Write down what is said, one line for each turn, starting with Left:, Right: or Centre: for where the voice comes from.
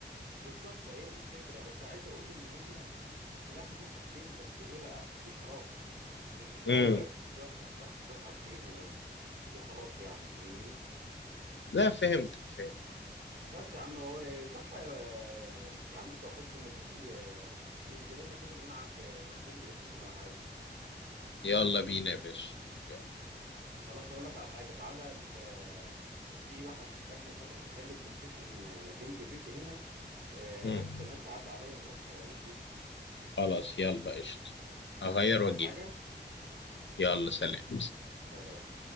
Right: بالظبط هي دي الفكرة بس عايز اقول ان هي سلاح ذو حدين بس بايه بقى بشراسة مش اللي
Left: امم
Right: هو جاست سلاح ذو حدين و... وخلاص يعني فاهمني
Left: لا فهمتك فهمت
Right: بس يا عم هو إيه، صح آه، يا عم انت وحشني ما تيجي آه، ننزل لنا كده نلعب آه، ماتشين بلاي ستيشن ولا حاجة
Left: يلا بينا يا باشا يلا
Right: خلاص هقول لك على حاجة تعالى ال... آه، في واحد صاحبنا فتح محل بلاي ستيشن آه، جنب بيتي هنا آه،
Left: امم
Right: هستناك تعدي عليا ونروح سوا ماشي
Left: خلاص يلا قشطه هغير
Right: يلا
Left: واجيلك
Right: عايز حاجة
Left: يلا سلام
Right: سلام